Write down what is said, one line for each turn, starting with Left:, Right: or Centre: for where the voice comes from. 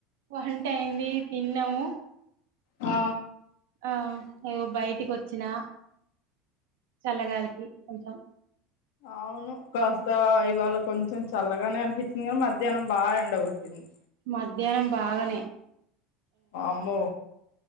Right: వంట అయింది తిన్నాము
Left: ఆ
Right: ఆ ఇగో బయటికి వచ్చినా చల్లగాలికి కొంచెం
Left: అవును కాస్త ఇవాళ కొంచెం చల్లగానే అనిపించింది గానీ మధ్యాహ్నం బాగా ఎండగొట్టింది
Right: మధ్యాహ్నం బాగనే
Left: వామ్మో